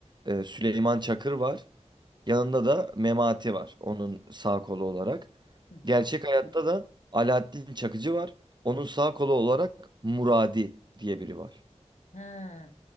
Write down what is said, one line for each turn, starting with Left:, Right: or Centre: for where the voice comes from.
Right: Ee, Süleyman Çakır var. Yanında da Memati var. Onun sağ kolu olarak.
Left: hı
Right: Gerçek
Left: hı.
Right: hayatta da Alaaddin Çakıcı var. Onun sağ kolu olarak Muradi diye biri var.
Left: Ha.